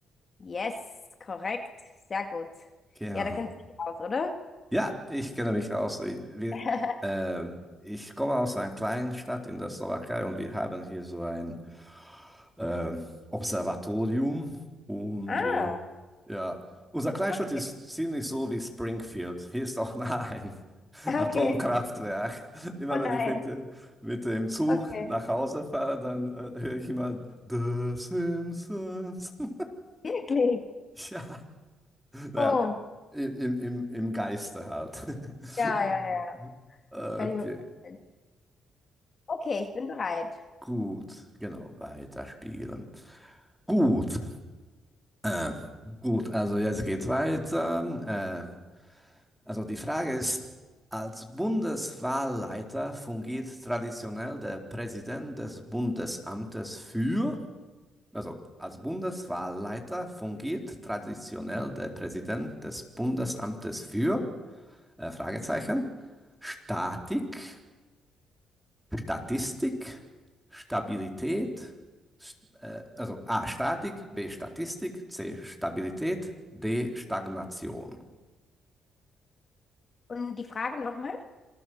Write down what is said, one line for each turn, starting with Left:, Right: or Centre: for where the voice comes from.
Left: Yes, korrekt. Sehr gut.
Centre: Genau.
Left: Ja, da kennst du dich aus, oder?
Centre: Ja, ich kenne mich aus. Ich, wir,
Left: <laughs>
Centre: äh, ich komme aus einer kleinen Stadt in der Slowakei und wir haben hier so ein ähm, Observatorium. Und
Left: Ah,
Centre: äh, ja, unsere Kleinstadt
Left: okay.
Centre: ist ziemlich so wie Springfield. Hier ist auch <laughs> nah ein
Left: Okay.
Centre: Atomkraftwerk. <laughs> Immer
Left: Oh nein.
Centre: wenn ich mit dem, mit dem Zug
Left: Okay.
Centre: nach Hause fahre, dann äh, höre ich immer The Simpsons. <laughs>
Left: Wirklich?
Centre: Ja, naja,
Left: Oh.
Centre: im, im, im im Geiste halt. <laughs>
Left: Ja, ja, ja.
Centre: Okay,
Left: Kann ich mir vorstellen. Okay, ich bin bereit.
Centre: gut, genau, weiterspielen. Gut, äh, gut, also jetzt geht's weiter. Äh, also die Frage ist, als Bundeswahlleiter fungiert traditionell der Präsident des Bundesamtes für Also, als Bundeswahlleiter fungiert traditionell der Präsident des Bundesamtes für äh, Fragezeichen, Statik, Statistik, Stabilität, St- äh, also A Statik, B Statistik, C Stabilität, D Stagnation.
Left: Und die Frage nochmal?